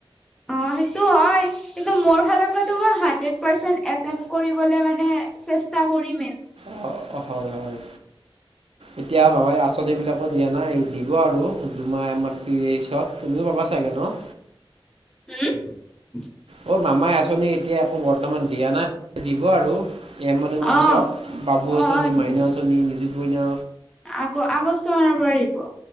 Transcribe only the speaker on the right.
অ' অ', হয় হয়, এতিয়া মামাই আঁচনি বিলাক দিয়া নাই, দিব আৰু, দুমাহ এ এইমছত, তুমিও পাবা চাগে ন? <inaudible>
অ' মামাই আঁচনি এতিয়া বৰ্তমান দিয়া নাই দিব আৰু এমাহ দুমাহ পিছত
বাবু
আঁচনি,
মাইনা আঁচনি নিযুত মইনা